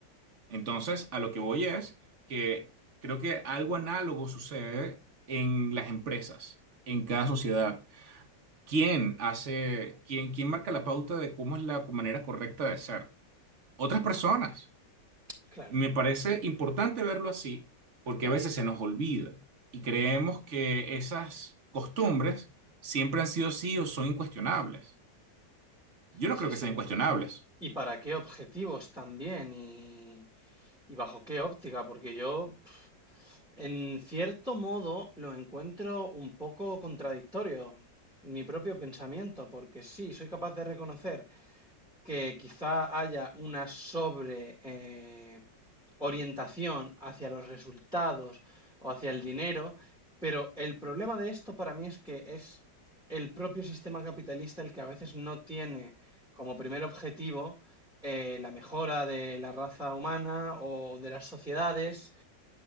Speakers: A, on the right (about 45°); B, in the centre.
A: Entonces, a lo que voy es que creo que algo análogo sucede en las empresas, en cada sociedad. ¿Quién hace, quién, quién marca la pauta de cómo es la manera correcta de ser? Otras personas.
B: claro,
A: Me parece importante verlo así porque a veces se nos olvida y creemos que esas costumbres siempre han sido así o son incuestionables. Yo no
B: sí,
A: creo
B: sí.
A: que sean incuestionables.
B: ¿Y para qué objetivos también? ¿Y, y bajo qué óptica? Porque yo, pf, en cierto modo, lo encuentro un poco contradictorio, mi propio pensamiento, porque sí, soy capaz de reconocer que quizá haya una sobre eh, orientación hacia los resultados o hacia el dinero, pero el problema de esto para mí es que es el propio sistema capitalista el que a veces no tiene como primer objetivo eh, la mejora de la raza humana o de las sociedades,